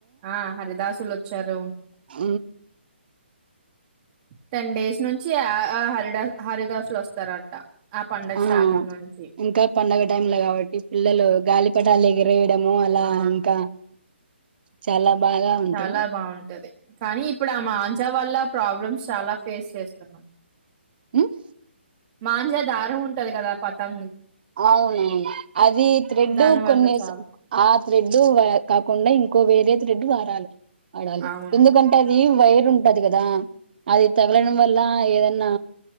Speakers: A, on the right (about 35°); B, on the right (about 55°).
A: ఆ హరిదాసులు వచ్చారు
B: అ
A: టెన్ డేస్ నుంచి హరిదస్ హరిదాసులు వస్తారంట పండగ
B: ఆ
A: స్టార్టింగ్ నుంచి
B: ఇంకా పండగ టైంలా కాబట్టి పిల్లలు గగాి పఠాల లేెగ రే ఇడము అలా
A: ఆ
B: ఇంకా చాలా బాగా ఉంటుంది
A: చాలా బాగుంటది కానీ ఇప్పుడు ఆ మాంజా వల్ళ ప్రాబ్లమ్స్ చాలా ఫేస్ చేస్తున్నా
B: ఉమ్
A: మాజా దార హంట ఉట్ట అదు కదా పతాం
B: అవును అది థ్రెడ్
A: దాని వల్ల
B: కొన్నిసా
A: చాలా
B: ఆ థ్రెడ్ కాకుండా ఇంకో వేరే త్రిడ్ వాడాలి వడాలి
A: అవును
B: ఎందుకంటే అవి ఊ వైరు ఉంటది కదా అది తగలడం వల్ల ఏదన్నా